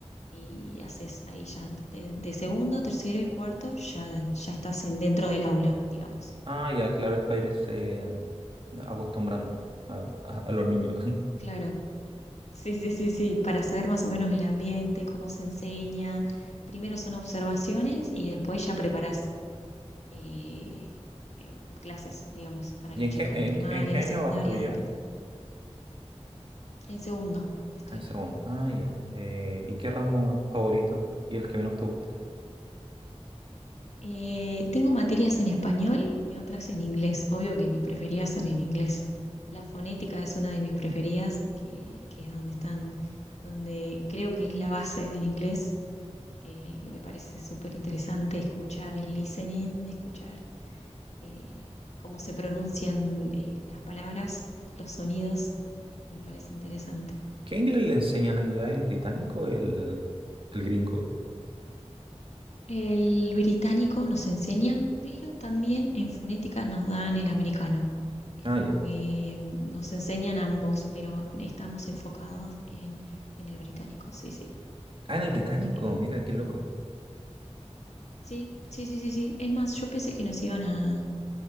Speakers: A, on the left; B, on the right.
A: y haces ahí ya de, de segundo, tercero y cuarto ya, ya estás en, dentro del aula, digamos.
B: Ah, ya, claro, es para irse acostumbrando a, a- a los niños. <laughs>
A: Claro, sí, sí, sí, sí, para saber más o menos el ambiente, cómo se enseña. Primero son observaciones y después ya preparás eh, eh, clases, digamos, para
B: ¿Y
A: los
B: en
A: chicos
B: qué, en,
A: de primaria,
B: qué en qué
A: de
B: año
A: secundaria,
B: vas tú ya?
A: de... en segundo estoy.
B: En segundo. Ah, ya. Eh, ¿y qué ramo favorito y el que menos te gusta?
A: Eh, tengo materias en español y otras en inglés. Obvio que mis preferidas son en inglés. La fonética es una de mis preferidas, que, que es donde están, donde creo que es la base del inglés, eh, que me parece súper interesante escuchar el listening, escuchar eh, cómo se pronuncian eh, las palabras, los sonidos, me parece interesante.
B: ¿Qué inglés le enseñan allá? ¿El británico o el, el gringo?
A: El británico nos enseñan, pero también en fonética nos dan el americano. Es
B: Ah,
A: como
B: ya.
A: que nos enseñan ambos, pero estamos enfocados en, en el británico, sí, sí.
B: Ah, en el británico,
A: Eh,
B: mira qué
A: pero
B: loco.
A: bueno. Sí, sí, sí, sí, sí. Es más, yo pensé que nos iban a,